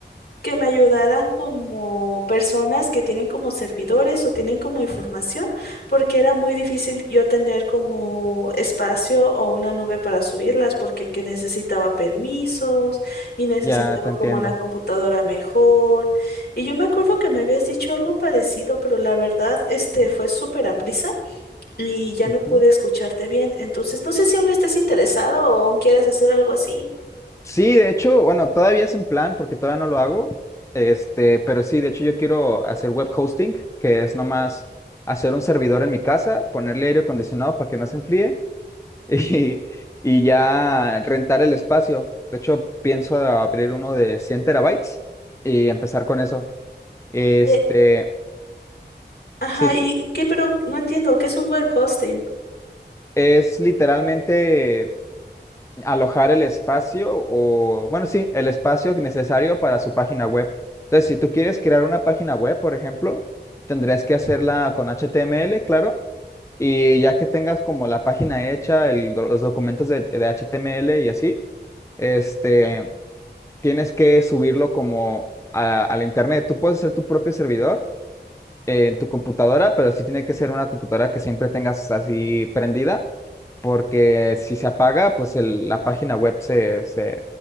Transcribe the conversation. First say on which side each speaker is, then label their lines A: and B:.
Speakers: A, on the left; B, on the left.
A: que me ayudara como personas que tienen como servidores o tienen como información, porque era muy difícil yo tener como espacio o una nube para subirlas, porque que necesitaba permisos y necesitaba
B: ya te entiendo.
A: como una computadora mejor. Y yo me acuerdo que me habías dicho algo parecido, pero la verdad, este fue súper aprisa y ya no
B: Ujú.
A: pude escucharte bien. Entonces, no sé si aún estés interesado o aún quieres hacer algo así.
B: Sí, de hecho, bueno, todavía es un plan porque todavía no lo hago, este, pero sí, de hecho yo quiero hacer web hosting, que es nomás hacer un servidor en mi casa, ponerle aire acondicionado para que no se enfríe <laughs> y, y ya rentar el espacio. De hecho, pienso abrir uno de 100 terabytes y empezar con eso. Este,
A: Y- Ajá,
B: sí,
A: y qué, pero no entiendo, ¿qué es un web hosting?
B: es literalmente alojar el espacio o, bueno, sí, el espacio necesario para su página web. Entonces, si tú quieres crear una página web, por ejemplo, tendrás que hacerla con HTML, claro. Y ya que tengas como la página hecha, el- los documentos de de HTML y así, este, tienes que subirlo como a, a la internet. Tú puedes hacer tu propio servidor eh, en tu computadora, pero sí tiene que ser una computadora que siempre tengas así prendida, porque si se apaga, pues el- la página web se, se,